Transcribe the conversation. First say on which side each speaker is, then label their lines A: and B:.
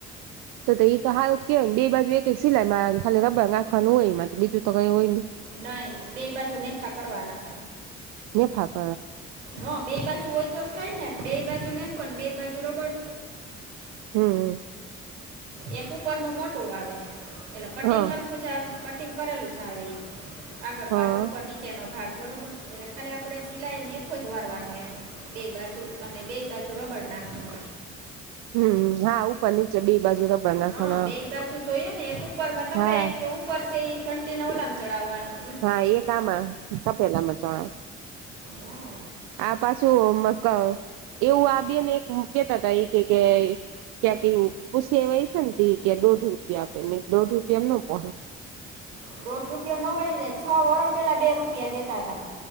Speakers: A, on the right; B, on the right.
A: તો એ તો હારું જ કેવાય ને બે બાજુ એક સિલાઈ મા ખાલી રબર નાખવાનું હોય એમાં તો બીજું તો કઈ હોય ની.
B: નહી બે બાજુ નેફા કરવાના.
A: ને ફાક.
B: હા બે બાજુ હોય તો જ થાય ને બે બાજુ નેફો ને બે બાજુ રબડ.
A: હમમ.
B: એક ઉપરનું મોટું આવે એટલે કટિંગર
A: હા
B: હરખુ આખું છે આવે કટિંગ કરેલું છે આવે એ આગળ
A: હા
B: પાછું ઉપર નીચેનો ભાગ બરોબર. એટલે ખાલી આપણે સિલાઈ નેખો જ વારવાનો એનો બે બાજુ અને બે બાજુ રબડ નાખવાનું.
A: હમ હા ઉપર નીચે બે બાજુ રબર નાખવાના
B: હા બે બાજુ જોઈએે ને એક ઉપર માં ત
A: હા
B: એક ઉપર છે એ ઘંટી નવલામ ચડાવવાનું
A: હા એ કામ તપેલામ ચાણા
B: હા
A: આ પાછું મક એવું આપી ને એક કેતા તા એ કે કે ક્યાંક એ પૂછી એ એ છે કે દોઢ રૂપિયા આપે દોઢ રૂપિયા એમ ન પહો
B: દોઢ રૂપયો ન હોય ને છ વરા પેલા બે રૂપિયા દેતા હતા.